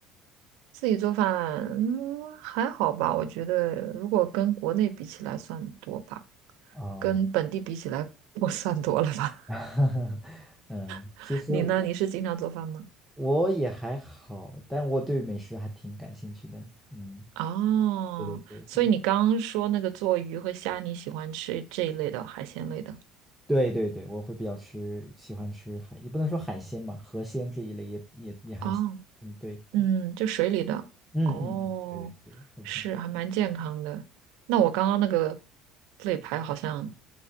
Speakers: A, on the right; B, in the centre.
A: 自己做饭，嗯，还好吧，我觉得如果跟国内比起来算多吧，
B: 啊，
A: 跟本地比起来我算多了吧。
B: <laughs> 嗯，
A: <laughs>
B: 其实我
A: 你呢？你是经常做饭吗？
B: 我也还好，但我对美食还挺感兴趣的。嗯，
A: 哦，
B: 对对对对
A: 所以你刚刚说那个做鱼和虾，你喜欢吃这一类的海鲜类的。
B: 对对对，我会比较吃，喜欢吃海，也不能说海鲜嘛，河鲜这一类也也也还行，
A: 哦，
B: 嗯，对对，
A: 嗯，就水里的，
B: 嗯嗯嗯，
A: 哦，
B: 对对对，OK，
A: 是还蛮健康的。那我刚刚那个肋排好像，